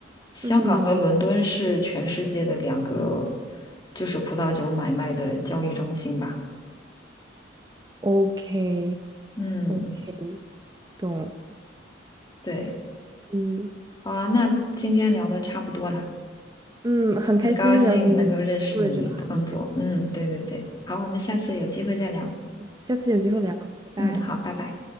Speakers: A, on the left; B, on the right.
A: 香港和伦敦是全世界的两个，
B: 嗯，
A: 就是葡萄酒买卖的交易中心吧。
B: OK
A: 嗯，
B: OK，懂了
A: 对，
B: 嗯
A: 好啊，那今天聊的差不多啦，
B: 嗯，很开心了解你工作的这个行业，
A: 很高兴能够认识你的工作。嗯，对对对，好，我们下次有机会再聊。
B: 下次有机会聊，拜拜。
A: 嗯，好，拜拜。